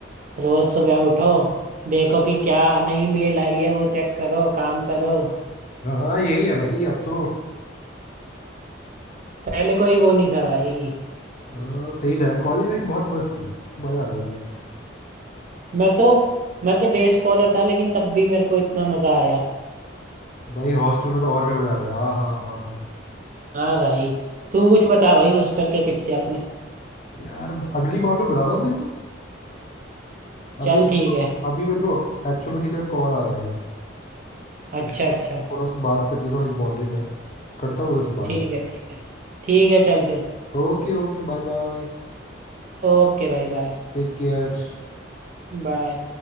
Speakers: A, on the right (about 45°); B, on the left (about 40°).
A: रोज सुबह उठो देखो कि क्या नई मेल आई है वो चेक करो काम करो
B: हाँ यही है भाई अब तो
A: पहले कोई वो नहीं था भाई
B: हाँ, सही था यार कॉलेज लाइफ बहुत मस्त थी मजा आता था भाई
A: मैं तो मैं तो डे स्कॉलर था लेकिन तब भी मेरे को इतना मजा आया
B: भाई हॉस्टल में तो और भी मजा आता है हाँ हाँ हाँ हाँ
A: हाँ भाई तू कुछ बता भाई हॉस्टल के किस्से अपने
B: यार अगली कॉल पे बताता हूँ तेरे को अभी
A: चल ठीक है
B: अभी मेरे को एक्चुअल में किसी का कॉल आ रहा है एक तो
A: अच्छा अच्छा
B: थोड़ा उससे बात करनी थोड़ा इंपॉर्टेंट है करता हूँ उधर से बात
A: ठीक है ठीक है ठीक है चल फिर
B: Okay okay bye bye
A: ओके भाई बाय
B: Take care
A: बाय